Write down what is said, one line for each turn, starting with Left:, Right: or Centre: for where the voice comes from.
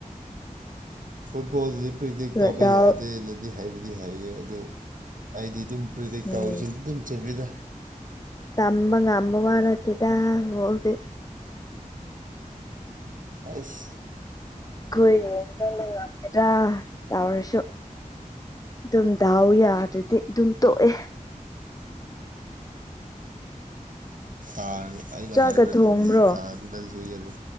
Right: ꯐꯨꯠꯕꯣꯜꯗꯨꯗꯤ ꯄ꯭ꯔꯦꯛꯇꯤꯛ
Left: ꯑꯗꯨꯒ
Right: ꯇꯧꯕ
Left: ꯗꯥꯎ
Right: ꯌꯥꯗꯦꯅꯗꯤ ꯍꯥꯏꯕꯗꯤ ꯍꯥꯏꯌꯦ ꯑꯗꯨ ꯑꯩꯗꯤ ꯑꯗꯨꯝ ꯄ꯭ꯔꯤꯗꯤꯛ
Left: ꯎꯝ
Right: ꯇꯥꯎꯕꯁꯨ ꯑꯗꯨꯝ ꯆꯨꯝꯕꯤꯗ
Left: ꯇꯝꯕ ꯉꯥꯝꯕ ꯋꯥ ꯅꯠꯇꯦꯗ ꯕꯣꯜꯗꯤ
Right: ꯑꯁ
Left: ꯑꯩꯈꯣꯏ ꯌꯦꯡꯗꯅ ꯉꯝꯃꯦꯗ꯭ꯔꯥ ꯇꯧꯔꯁꯨ ꯑꯗꯨꯝ ꯗꯥꯎ ꯌꯥꯗ꯭ꯔꯗꯤ ꯑꯗꯨꯝ ꯇꯣꯛꯑꯦ
Right: ꯥ ꯑꯩꯅ
Left: ꯆꯥꯛꯀ
Right: ꯍꯥꯏꯔꯤꯕ
Left: ꯊꯣꯡꯕ꯭ꯔꯣ
Right: ꯇꯤꯟ ꯀꯥꯗꯤ ꯅꯪ ꯁꯨꯏ ꯌꯦꯡꯉꯣ